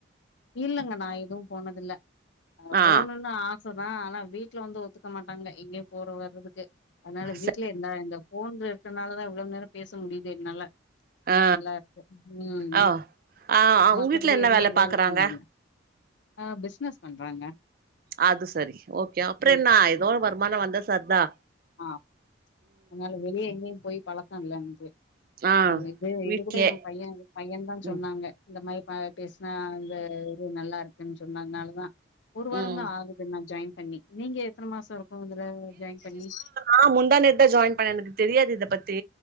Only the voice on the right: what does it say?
ஆ
சரி.
ஆ
ஆ ஆ உங்க
வீட்ல என்ன
பாக்குறாங்க
அது சரி ஓகே அப்பறம்
என்னா ஏதோ வருமானம் வந்தா தந்தா
ஆ
வீட்லயே
ம்
ம்
ஆ முந்தா நேத்துதா ஜாயின் பண்ண எனக்கு தெரியாது இத பத்தி